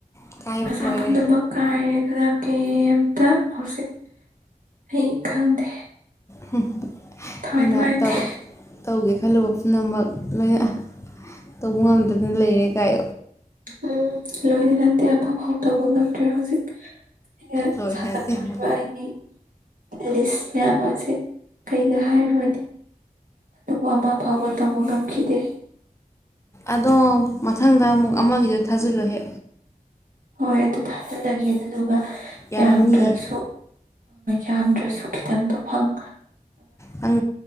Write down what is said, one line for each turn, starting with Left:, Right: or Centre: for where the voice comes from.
Left: ꯑꯀꯥꯏꯕ
Right: ꯑꯁꯥ
Left: ꯑꯣꯏꯔꯦ
Right: ꯄꯨꯝꯅꯃꯛ ꯀꯥꯏꯔꯦ ꯑꯗꯨꯗ ꯀꯩꯝꯇ ꯍꯧꯖꯤꯛ ꯑꯩ ꯈꯪꯗꯦ
Left: ꯍꯝ
Right: ꯊꯋꯥꯏ
Left: ꯑꯩꯅꯧ
Right: ꯅꯨꯡꯉꯥꯏꯇꯦ
Left: ꯇꯧꯒꯦ ꯍꯜꯂꯣ ꯄꯨꯝꯅꯃꯛ ꯂꯩ ꯇꯧꯕ ꯉꯝꯗꯗꯅ ꯂꯩꯔꯦ ꯀꯥꯏ
Right: ꯎꯝ ꯂꯣꯏꯅ ꯅꯠꯇꯦ ꯑꯐꯐꯥꯎ ꯇꯧꯕ ꯉꯝꯗ꯭ꯔꯦ ꯍꯧꯖꯤꯛ ꯑꯩꯩꯅ
Left: ꯂꯣꯏ
Right: ꯁꯥꯒꯠꯇꯣꯔꯤꯕ
Left: ꯅꯠꯇꯦꯕꯣ
Right: ꯑꯩꯒꯤ ꯂꯤꯁ ꯃꯃꯁꯦ ꯀꯩꯗ ꯍꯥꯏꯔꯨꯔꯅꯤ ꯑ ꯑꯃꯥ ꯐꯥꯎꯕ ꯇꯧꯕ ꯉꯝꯈꯤꯗꯦ
Left: ꯑꯗꯣ ꯃꯊꯪꯗ ꯑꯃꯨꯛ ꯑꯃꯒꯤꯗ ꯊꯥꯖꯤꯜꯂꯣꯍꯦ
Right: ꯍꯣꯏ ꯑꯗꯨ ꯊꯥꯖꯤꯜꯂꯒꯦ ꯑꯗꯨꯗꯨ
Left: ꯌꯥꯔꯝꯅꯤꯌꯦ
Right: ꯌꯥꯝꯗ꯭ꯔꯁꯨ ꯌꯥꯝꯗ꯭ꯔꯁꯨ ꯈꯤꯇꯪꯗꯣ ꯐꯪ
Left: ꯅꯪ